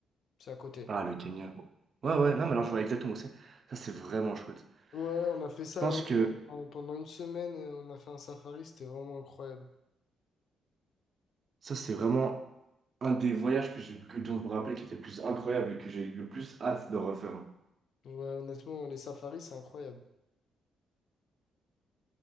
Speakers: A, on the left; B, on the right.
A: c'est à côté.
B: Ah, le Kenya. Ouais, ouais, non, mais alors je vois exactement où c'est. Ça, c'est vraiment chouette.
A: Ouais, on a fait ça
B: Je pense
A: ouais,
B: que
A: pendant pendant une semaine, euh, on a fait un safari, c'était vraiment incroyable.
B: ça, c'est vraiment un des voyages que, j'ai- que dont je me rappelle qui était le plus incroyable et que j'ai le plus hâte de refaire. un.
A: Ouais, honnêtement, les safaris, c'est incroyable.